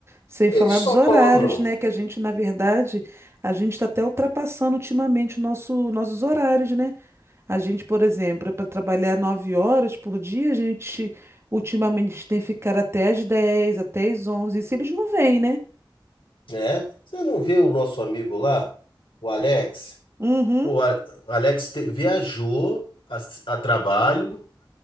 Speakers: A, on the right (about 30°); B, on the left (about 80°).
A: Sem
B: Eles
A: falar
B: só
A: dos horários,
B: cobram,
A: né? Que a gente, na verdade, a gente está até ultrapassando ultimamente o nosso, nossos horários, né? A gente, por exemplo, para trabalhar nove horas por dia, a gente ultimamente tem que ficar até as 10 até as onze e se eles não vêm, né?
B: né? Você não vê o nosso amigo lá, o Alex?
A: Uhum.
B: Pô, o A- o Alex te- viajou a, a trabalho,